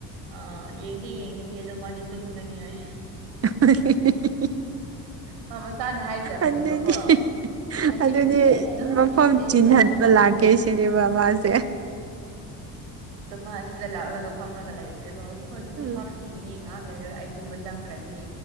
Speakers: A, on the right; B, on the right.
A: ꯑ ꯌꯦꯡꯗꯤ ꯌꯦꯡꯒꯅꯤ ꯑꯗꯣ ꯃꯥꯗꯤ ꯇꯨꯝꯒꯅꯤ ꯍꯥꯏ
B: <unintelligible>
A: ꯃꯥ ꯃꯁꯥꯅ ꯍꯥꯏꯖꯕꯅꯦꯕꯀꯣ
B: ꯑꯗꯨꯗꯤ
A: ꯉꯁꯤ
B: ꯑꯗꯨꯗꯤ
A: ꯅꯨꯃꯤꯠꯁꯦ ꯑꯩꯅ ꯑꯗꯨꯝ
B: ꯃꯐꯝ
A: ꯌꯦꯡꯁꯦ ꯌꯦꯡꯁꯦ
B: ꯆꯤꯟꯍꯟꯕ
A: ꯍꯥꯏꯕ ꯃꯥꯁꯨ
B: ꯂꯥꯛꯀꯦ ꯁꯤꯅꯦꯕ ꯃꯥꯁꯦ
A: ꯇꯣ ꯃꯥꯑꯁꯤꯗ ꯂꯥꯛꯂꯒ ꯐꯝꯃꯒ ꯂꯩꯈ꯭ꯔꯦꯕ ꯍꯧꯖꯤꯛ ꯍꯧꯖꯤꯛꯇꯤ
B: ꯎꯝ
A: ꯐꯝꯈꯤꯒꯅꯤ ꯉꯥꯍꯥꯛ ꯂꯩꯔꯒ ꯑꯩ ꯇꯨꯝꯕ ꯆꯪꯈ꯭ꯔꯅꯤ